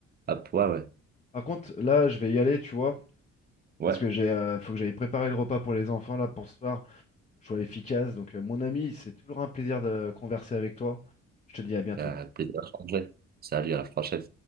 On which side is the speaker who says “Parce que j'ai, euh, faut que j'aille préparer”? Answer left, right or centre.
Left